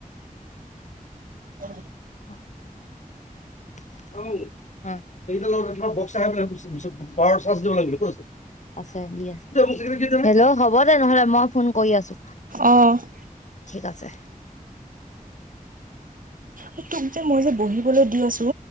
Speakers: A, on the right; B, on the left.
A: অ
B: <inaudible> বসা পাহ দ লাগ ক <unintelligible> আছে দি আছে হেল্ল' হ'ব দে নহলে মই ফোন কৰি আছো।
A: অ'।
B: ঠিক আছে।
A: এই তোক যে মই যে বহিবলৈ দি আছো।